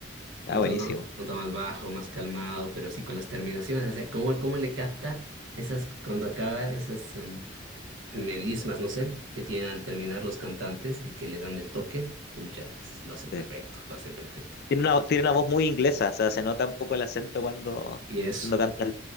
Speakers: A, on the right; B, on the left.
A: Un
B: Ah, buenísimo.
A: tono, un tono más bajo, más calmado, pero sí con las terminaciones. O sea, ¿cómo, cómo le capta esas, cuando acaba, esas em, melismas, no sé, que tienen al terminar los cantantes y que le dan el toque? Pucha, es- lo hace perfecto,
B: sí.
A: lo hace perfecto.
B: Tiene una, tiene una voz muy inglesa, o sea, se nota un poco el acento cuando,
A: Y eso,
B: cuando canta el...